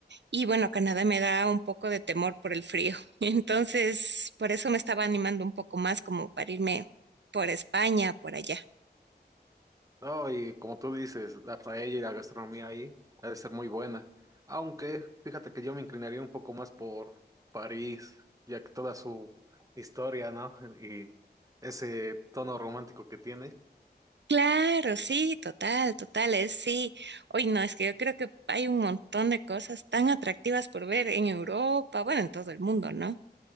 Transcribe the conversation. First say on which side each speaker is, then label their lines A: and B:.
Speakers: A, on the right (about 85°); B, on the right (about 20°).
A: Y bueno, Canadá me da un poco de temor por el frío. <laughs> Entonces, por eso me estaba animando un poco más como para irme por España, por allá.
B: No, y como tú dices, la paella y la gastronomía ahí ha de ser muy buena. Aunque fíjate que yo me inclinaría un poco más por París, ya que toda su historia, ¿no? <laughs> Y ese tono romántico que tiene.
A: Claro, sí, total, total, es sí. Hoy no, es que yo creo que hay un montón de cosas tan atractivas por ver en Europa, bueno, en todo el mundo, ¿no?